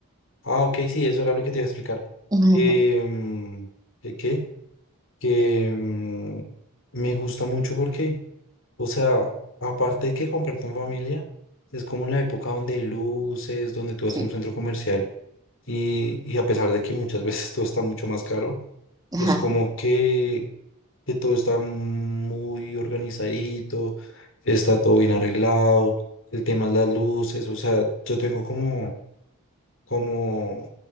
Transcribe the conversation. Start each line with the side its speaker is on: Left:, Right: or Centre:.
Left: Ah, ok, sí, eso era lo que te iba a explicar.
Right: <laughs>
Left: Que, mm, que, qué? que, mm, me gusta mucho porque O sea, aparte de que compartan familia, es como la época donde hay luces, donde tú vas
Right: Sí.
Left: a un centro comercial y, y a pesar de que muchas veces <laughs> todo está mucho más caro,
Right: <laughs>
Left: es como que, que todo está muy organizadito, está todo bien arreglado, el tema es las luces, o sea, yo tengo como, como,